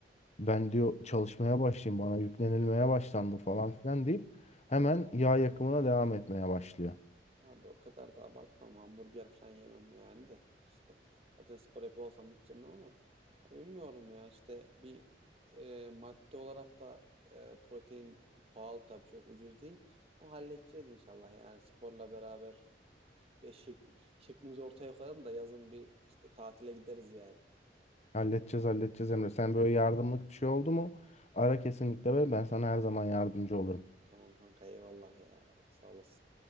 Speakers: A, on the left; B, on the right.
A: Ben diyor çalışmaya başlayayım. Bana yüklenilmeye başlandı falan filan deyip hemen yağ yakımına devam etmeye başlıyor.
B: Abi o kadar da abartmam hamburger falan yemem yani de İşte Zaten spor yapıyor olsam hiç yemem ama ya bilmiyorum ya işte bir e, madde olarak da e, protein pahalı tabii çok ucuz değil. O halledeceğiz inşallah yani sporla beraber Ya şek- şeklimizi ortaya koyalım da yazın bir işte tatile gideriz yani.
A: Halledeceğiz, halledeceğiz Emre. Sen böyle yardımlık bir şey oldu mu? Ara kesinlikle ve ben sana her zaman yardımcı olurum.
B: Tamam kanka eyvallah ya. Sağ olasın.